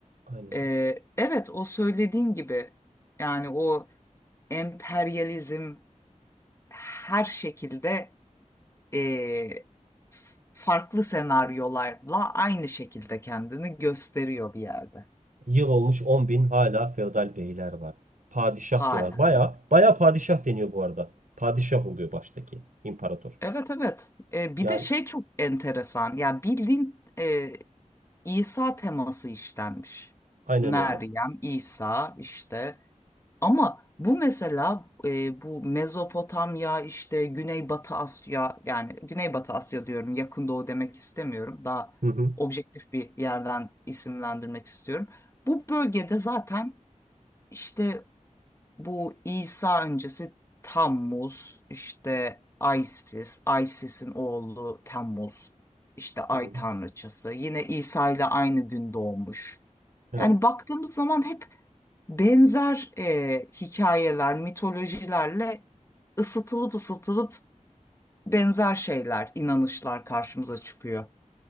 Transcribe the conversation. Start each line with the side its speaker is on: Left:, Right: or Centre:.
Right: Aynen
Left: E, evet o söylediğin gibi yani o emperyalizm her şekilde e, farklı senaryolarla aynı şekilde kendini gösteriyor bir yerde.
Right: Yıl olmuş on bin hala feodal beyler var. Padişah
Left: Hala
Right: diyorlar. Baya
Left: yani.
Right: baya padişah deniyor bu arada. Padişah oluyor baştaki imparator.
Left: Evet evet. E, bir
Right: Yani
Left: de şey çok enteresan. Yani bildiğin e, İsa teması işlenmiş.
Right: aynen
Left: Meryem,
Right: öyle.
Left: İsa işte. Ama bu mesela e, bu Mezopotamya işte Güneybatı Asya yani Güneybatı Asya diyorum yakın doğu demek istemiyorum. Daha
Right: Hı hı.
Left: objektif bir yerden isimlendirmek istiyorum. Bu bölgede zaten işte Bu İsa öncesi Tammuz, işte Isis, Isis'in oğlu Temmuz, işte Ay
Right: hı hı.
Left: Tanrıçası. Yine İsa ile aynı gün doğmuş.
Right: Evet.
Left: Yani baktığımız zaman hep benzer e, hikayeler, mitolojilerle ısıtılıp ısıtılıp benzer şeyler, inanışlar karşımıza çıkıyor.